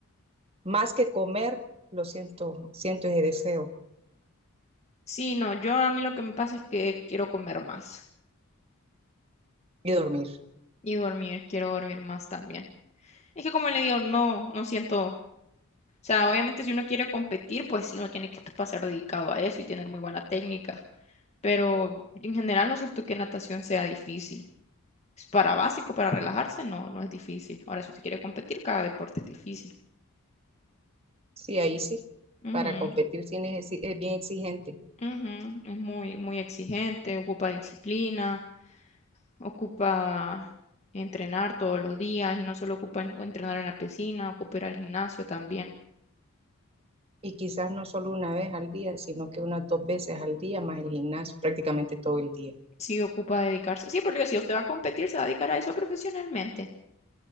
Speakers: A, on the right; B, on the left.
A: más que comer, lo siento, siento ese deseo.
B: Sí, no, yo a mí lo que me pasa es que quiero comer más
A: Y dormir.
B: y dormir, quiero dormir más también. Es que como le digo, no, no siento, o sea, obviamente si uno quiere competir, pues sí, uno tiene que pasar dedicado a eso y tener muy buena técnica, pero en general no siento que natación sea difícil. es Para básico, para relajarse, no, no es difícil. Ahora, si usted quiere competir, cada deporte es difícil.
A: Sí, ahí sí.
B: Ujú,
A: Para competir sí necesi- es bien exigente.
B: ujú, Es muy, muy exigente, ocupa disciplina, ocupa entrenar todos los días y no solo ocupa en- entrenar en la piscina, ocupa ir al gimnasio también.
A: Y quizás no solo una vez al día, sino que unas dos veces al día, más el gimnasio, prácticamente todo el día.
B: Sí, ocupa dedicarse. Sí, pero si usted va a competir, se va a dedicar a eso profesionalmente.